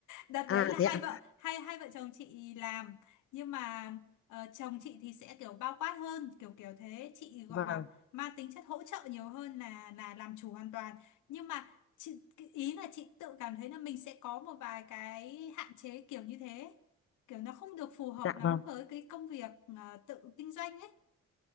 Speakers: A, on the left; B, on the left.
A: đợt
B: à
A: đấy là
B: thế
A: hai
B: ạ
A: vợ hai hai vợ chồng chị làm nhưng mà ờ, chồng chị thì sẽ kiểu bao quát hơn kiểu kiểu thế chị gọi
B: vâng
A: là mang tính chất hỗ trợ nhiều hơn là là làm chủ hoàn toàn nhưng mà chị, cái ý là chị tự cảm thấy là mình sẽ có một vài cái hạn chế kiểu như thế kiểu nó không được phù hợp
B: dạ
A: lắm
B: vâng
A: với cái công việc ờ, tự kinh doanh ấy